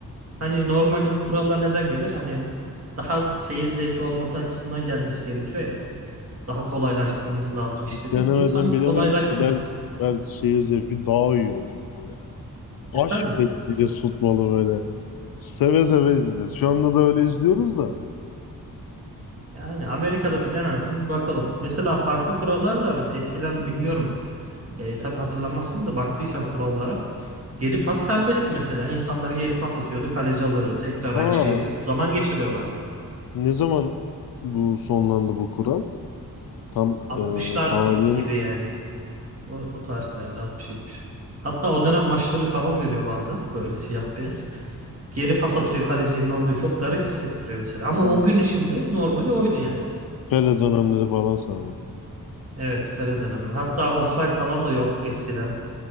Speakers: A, on the right (about 45°); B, on the left (about 75°).
A: hani normalde bu kurallar neden gelir? Hani daha seyir zevki olması açısından gelmesi gerekiyor ya. Daha kolaylaştırması lazım işleri.
B: Biz Denemeden
A: Bu sanki
B: bilemeyiz
A: kolaylaştırmaz.
B: ki ben belki seyir zevki daha iyi olacak böyle. Aşkla
A: E tabii.
B: izleyeceğiz futbolu böyle. Seve seve izleyeceğiz. Şu anda da öyle izliyoruz da.
A: Yani Amerika'da bir denensin bir bakalım. Mesela farklı kurallar da var. mesela eskiden bilmiyorum. E, tabii hatırlamazsın da baktıysan kurallara. Geri pas serbestti mesela. İnsanlar geri pas atıyordu, kaleci alıyordu. Tekrar aynı
B: Aa,
A: şeyi yapıp zaman geçiriyorlardı.
B: ne zaman bu sonlandı bu kural? Tam
A: 60'lar
B: e, tarihini
A: gibi
B: ya
A: yani. O, o tarihlerde 60-70. Hatta o dönem maçları falan veriyor bazen. Böyle siyah beyaz. Geri pas atıyor, kaleci elini alıyor. Çok garip hissettiriyor mesela. Ama
B: bu
A: o gün içinde normali oydu yani.
B: Pele dönemleri falan sanırım.
A: Evet, Pele dönemi. Hatta offside falan da yok eskiden.